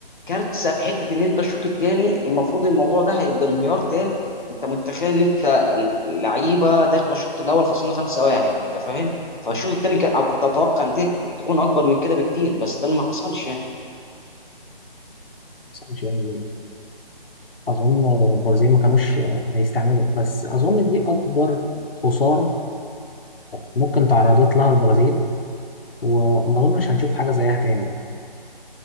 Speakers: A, on the left; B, on the left.
A: كارثه في حته ان انت الشوط الثاني المفروض الموضوع ده هيبقى انهيار تام انت متخيل ان انت لعيبه داخله الشوط الاول خسرانه 5-1 انت فاهم فالشوط الثاني كان أنا كنت اتوقع ان دي تكون اكبر من كده بكتير بس ده اللي ما حصلش يعني.
B: مش- يعني، اظن البرازيل ما كانوش آه، هيستعملوا بس اظن دي اكبر خساره ممكن تعرضت لها البرازيل وما أظنش هنشوف حاجة زيها تاني